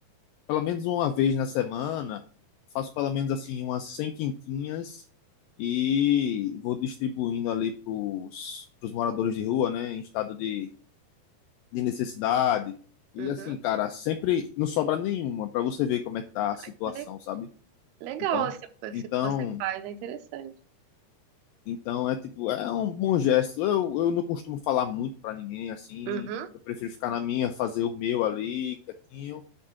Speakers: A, on the left; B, on the right.
A: pelo menos uma vez na semana, faço pelo menos assim umas 100 quentinhas e vou distribuindo ali para os moradores de rua, né, em estado de, de necessidade. E
B: Uhum.
A: assim, cara, sempre não sobra nenhuma para você ver como é que tá a situação,
B: Ai, que le-
A: sabe?
B: legal
A: Então,
B: esse-
A: então,
B: isso que você faz, é interessante.
A: então é tipo, é um bom gesto. Eu, eu não costumo falar muito para ninguém assim,
B: Uhum.
A: eu prefiro ficar na minha, fazer o meu ali, quietinho